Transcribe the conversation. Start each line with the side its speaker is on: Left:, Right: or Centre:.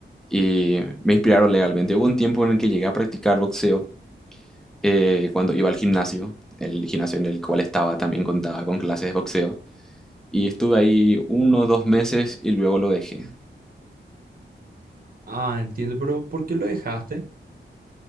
Centre: y me inspiraron legalmente. Hubo un tiempo en el que llegué a practicar boxeo, eh, cuando iba al gimnasio, el gimnasio en el cual estaba también contaba con clases de boxeo, y estuve ahí uno o dos meses y luego lo dejé.
Right: Ah, entiendo, pero ¿por qué lo dejaste?